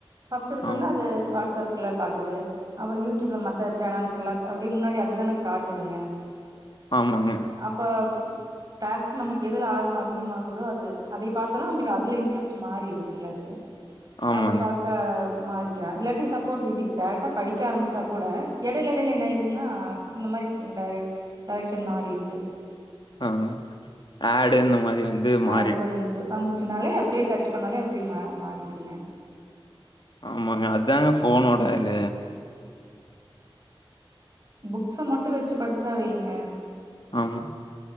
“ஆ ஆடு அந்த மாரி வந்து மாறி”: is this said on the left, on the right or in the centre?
Left